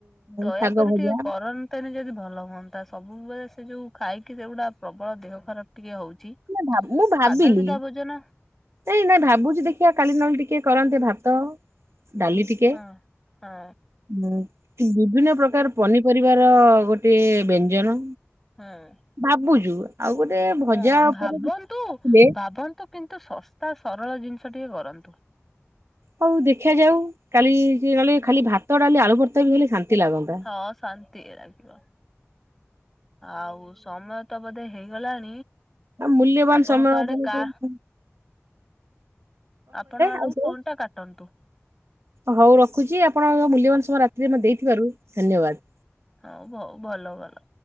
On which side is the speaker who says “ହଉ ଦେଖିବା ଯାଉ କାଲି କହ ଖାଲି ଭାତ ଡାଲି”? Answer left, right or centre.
Right